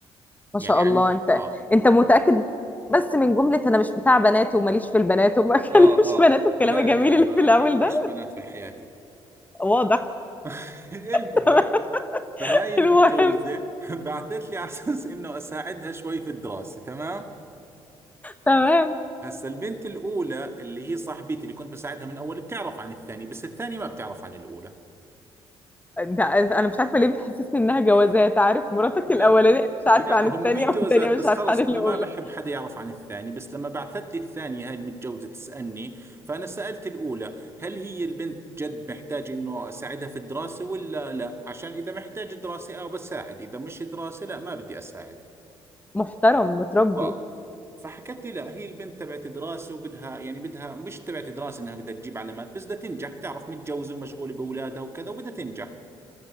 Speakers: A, on the left; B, on the right.
A: ما
B: يعني
A: شاء
B: عن
A: الله انت
B: اه
A: انت متأكد بس من جملة انا مش بتاع بنات وماليش في البنات وما <laughs> اكلمش
B: اه
A: بنات
B: اه
A: والكلام
B: لا
A: الجميل
B: لا
A: اللي
B: ما
A: في الاول
B: ما عنديش
A: ده
B: بنات في حياتي
A: واضح
B: <laughs> المهم
A: تمام
B: فهاي المتجوزة
A: المهم
B: <laughs> بعثت لي على اساس <laughs> انه اساعدها شوي في الدراسة تمام
A: تمام
B: هسا البنت الاولى اللي هي صاحبتي اللي كنت بساعدها من اول بتعرف عن الثانية بس الثانية ما بتعرف عن الاولى
A: ده انا مش عارفة ليه بتحسسني انها جوازات عارف مراتك
B: لا
A: الاولانية مش عارفة
B: لا
A: عن التانية
B: هم مش
A: والتانية
B: جوازات بس
A: مش عارفة
B: خلص
A: عن الاولى
B: أنا ما بحب حدا يعرف عن الثاني بس لما بعثت لي الثانية هاي المتجوزة تسألني فأنا سألت الأولى هل هي البنت جد محتاج إنه أساعدها في الدراسة ولا لا عشان إذا محتاج دراسة أو بساعد إذا مش دراسة لا ما بدي أساعد
A: محترم متربي
B: آه فحكت لي لا هي البنت تبعت دراسة وبدها يعني بدها مش تبعت دراسة إنها بدها تجيب علامات بس بدها تنجح تعرف متجوزة ومشغولة بأولادها وكذا وبدها تنجح